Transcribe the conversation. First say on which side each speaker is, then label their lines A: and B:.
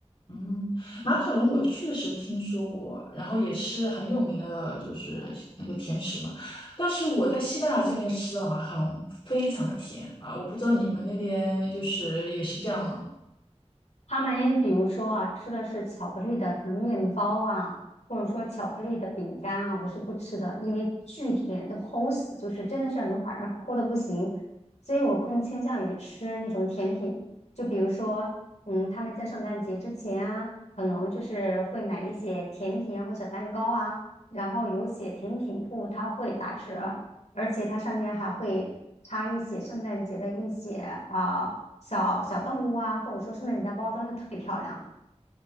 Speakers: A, on the left; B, on the left.
A: 嗯，马卡龙我确实听说过，然后也是很有名的，就是那个甜食嘛。但是我在西班牙这边吃到了马卡龙非常的甜啊，我不知道你们那边就是也是这样吗？
B: 他们比如说啊，吃的是巧克力的什么面包啊，或者说巧克力的饼干啊，我是不吃的，因为巨甜都齁死，就是真的是能把人齁的不行。所以我更倾向于吃那种甜品，就比如说，嗯，他们在圣诞节之前啊，可能就是会买一些甜品啊或小蛋糕啊，然后有一些甜品铺它会打折，而且它上面还会插一些圣诞节的一些啊。小小动物啊，或者说是那里的包装就特别漂亮。